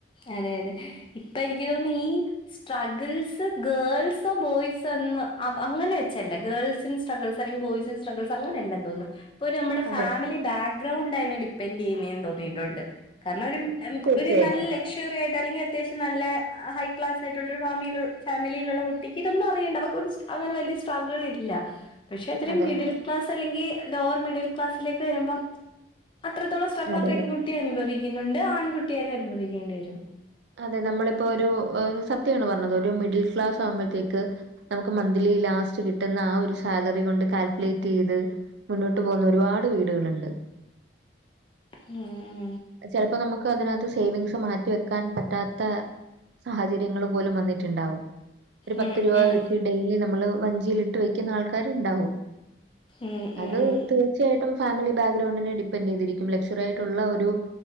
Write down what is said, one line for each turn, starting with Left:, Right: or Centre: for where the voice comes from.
Left: അതെ അതെ ഇപ്പൊ എനിക്ക് തോന്നുന്നു ഈ സ്ട്രഗിൾസ് ഗേൾസോ ബോയ്സോ എന്ന് അവ അങ്ങനെ വെച്ചല്ല ഗേൾസിൻസ് സ്ട്രെഗിൾസ് അല്ലെങ്കിൽ ബോയ്സിന് സ്ട്രെഗിൾസ് അങ്ങനെല്ലാം തോന്നുന്നു ഇപ്പൊ ഒരു നമ്മുടെ
Right: അതെ
Left: ഫാമിലി ബാക്ക്ഗ്രൗണ്ട് അയിനെ ഡിപ്പെൻഡ് ചെയ്യുന്നേന്ന് തോന്നിയിട്ടുണ്ട്. കാരണം ഒരു
Right: തീർച്ചയായിട്ടും
Left: ഒരു നല്ല ലക്ഷറി ആയിട്ട് അല്ലെങ്കിൽ അത്യാവശ്യം നല്ല ഹൈ ക്ലാസ് ആയിട്ടുള്ള ഒരു ഫാമീല് ഫാമിലിയിലുള്ള കുട്ടിക്ക് ഇതൊന്നും അറിയേണ്ട അവർക്കൊരു സ് അങ്ങനെ വലിയ സ്ട്രഗിൾ ഇല്ല പക്ഷെ ഇത്തിരി
Right: അതെ
Left: മിഡിൽ ക്ലാസ് അല്ലെങ്കിൽ ലോവർ മിഡിൽ ക്ലാസിലേക്ക് വരുമ്പോം അത്രത്തോളം സ്ട്രക്ളറ്
Right: അതെ
Left: പെൺക്കു
Right: അതെ.
Left: ട്ടിയും അനുഭവിക്കുന്നുണ്ട് ആൺകുട്ടിയാലും അനുഭവിക്കേണ്ടി വരും
Right: അതെ നമ്മളിപ്പോ ഒരു സത്യമാണ് പറഞ്ഞത് ഒരു മിഡിൽ ക്ലാസ്സ്‌ ആവുമ്പഴത്തേക്ക് നമുക്ക് മൺതിലി ലാസ്റ്റ് ക്കി കിട്ടുന്ന ആ ഒരു സാലറി കൊണ്ട് കാൽക്കുലേറ്റ് ചെയ്ത് മുന്നോട്ട് പോകുന്ന ഒരുപാട് വീടുകള്ണ്ട്.
Left: ഉം
Right: ചലപ്പോ നമുക്ക് അതിനകത്ത് സേവിങ്സ് മാറ്റി വെക്കാൻ പറ്റാത്ത സാഹച ര്യങ്ങള് പോലും വന്നിട്ടുണ്ടാവും ഒരു പത്ത്
Left: ഉം
Right: രൂപ
Left: ഉം
Right: വെച്ച് ഡെയിലി നമ്മള് വഞ്ചിയിൽ ഇട്ട് വെക്കുന്ന ആൾക്കാരും ഉണ്ടാവും
Left: ഉം
Right: അത്
Left: ഉം
Right: തീർ ചേട്ടൻ ഫാമിലി ബാക്ക്ഗ്രൗണ്ടിനെ ഡിപ്പെൻറ് ചെയ്തിരിക്കും. ലക്ഷറി ആയിട്ടുള്ള ഒരു